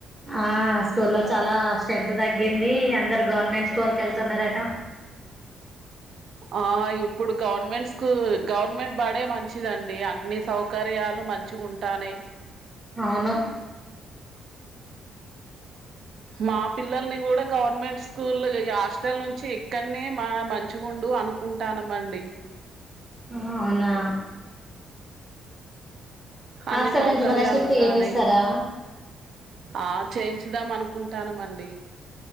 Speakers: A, on the right; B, on the right.
A: ఆ స్కూల్ లో చాలా స్ట్రెంత్ తగ్గింది అందరు గవర్నమెంట్ స్కూల్ కి వెళ్తున్నరట
B: ఆ ఇప్పుడు గవర్నమెంట్స్ స్కూ గవర్నమెంట్ బడే మంచిదండి అన్ని సౌకర్యాలు మంచిగ ఉంటానాయ్
A: అవును
B: మా పిల్లల్ని కూడ గవర్నమెంట్స్ స్కూలు ఇగ హాస్టల్ నుంచి ఇక్కడనే మ మంచిగుండు అనుకుంటానమండి
A: ఆహా అవునా హాస్టల్
B: అన్ని సౌకర్యాలు
A: నుంచి మళ్ళా షిఫ్ట్
B: ఉంటానయ్
A: చేపిస్తారా
B: ఆ ఎద్దాం అనుకుంటానమండి.